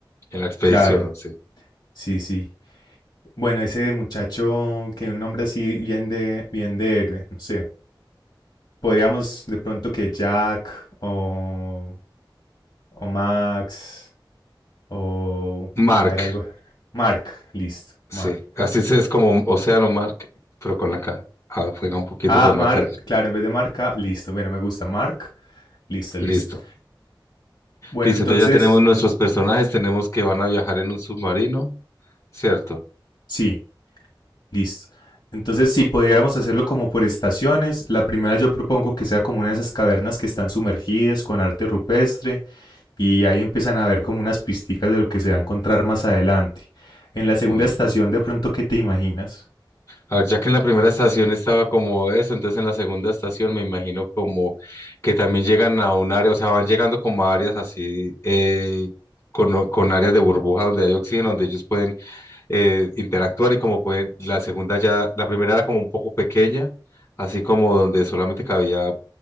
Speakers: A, on the left; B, on the left.
A: la expedición,
B: Claro,
A: ¿no? Sí.
B: sí, sí. Bueno, ese muchacho que un nombre así bien de, bien de héroe, no sé. Podríamos de pronto que Jack o O Max. O.
A: Mark,
B: A ver, algo. Mark. Listo.
A: sí.
B: Mark.
A: Así se es como Océano Mark, pero con la K. Ah, juega un poquito
B: Ah,
A: con
B: Mark.
A: la T.
B: Claro, en vez de marca, listo. Bueno, me gusta Mark. Listo, listo.
A: Listo.
B: Bueno,
A: Listo,
B: entonces.
A: entonces ya tenemos nuestros personajes, tenemos que van a viajar en un submarino, ¿cierto?
B: Sí, listo. Entonces, sí, podríamos hacerlo como por estaciones, la primera yo propongo que sea como una de esas cavernas que están sumergidas con arte rupestre y ahí empiezan a ver como unas pisticas de lo que se va a encontrar más adelante. En la segunda
A: Sí.
B: estación, de pronto, ¿qué te imaginas?
A: A ver, ya que en la primera estación estaba como eso, entonces en la segunda estación me imagino como que también llegan a un área, o sea, van llegando como a áreas así, eh, con, o- con áreas de burbuja donde hay oxígeno, donde ellos pueden eh, interactuar y como pueden, la segunda ya, la primera era como un poco pequeña, así como donde solamente cabía